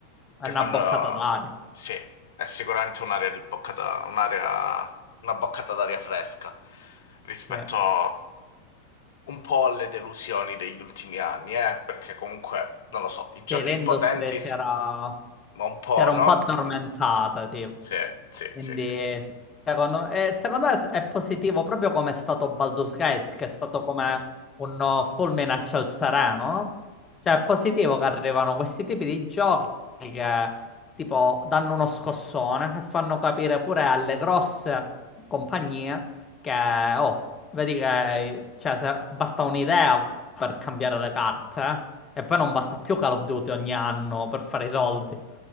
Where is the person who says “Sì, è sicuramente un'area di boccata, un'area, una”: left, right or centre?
Left